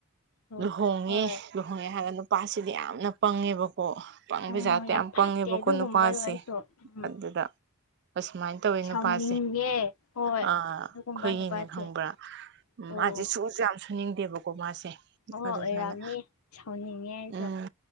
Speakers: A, on the left; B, on the right.
A: ꯑꯣ
B: ꯂꯨꯍꯣꯡꯉꯦ
A: ꯍꯣꯏ
B: ꯂꯨꯍꯣꯡꯉꯦ ꯍꯥꯏꯔꯒ ꯅꯨꯄꯥꯁꯤꯗꯤ ꯌꯥꯝꯅ ꯄꯪꯉꯦꯕꯀ ꯑꯣ ꯄꯪ
A: ꯎꯝ
B: ꯄꯩꯖꯠꯇ ꯌꯥꯝ
A: ꯐꯠꯇꯦ
B: ꯄꯪꯉꯦꯕꯀꯣ
A: ꯑꯗꯨꯒꯨꯝꯕꯗꯣ
B: ꯅꯨꯄꯥꯁꯦ
A: ꯑꯩꯁꯨ ꯎꯝ
B: ꯑꯗꯨꯗ ꯑꯁꯁꯨꯃꯥꯏꯅ ꯇꯧꯏ
A: ꯁꯥꯎꯅꯤꯡꯉꯦ
B: ꯅꯨꯄꯥ ꯑ
A: ꯍꯣꯏ
B: ꯑꯩꯈꯣꯏꯒꯤꯅꯦ
A: ꯑꯗꯨꯒꯨꯝꯕ ꯅꯨꯄꯥꯁꯦ
B: ꯈꯪꯕ꯭ꯔꯥ ꯎ
A: ꯑꯣ
B: ꯃꯥꯁꯦ ꯁꯨ ꯌꯥꯝ ꯁꯨꯅꯤꯡꯗꯦꯕꯀꯣ ꯃꯥꯁꯦ
A: ꯑꯣ
B: ꯑꯗꯨ
A: ꯑꯣꯏꯔꯝꯅꯤ
B: ꯁꯨꯃꯥꯏꯅ
A: ꯁꯥꯎꯅꯤꯡꯉꯦ ꯑꯩꯁꯨ
B: ꯎꯝ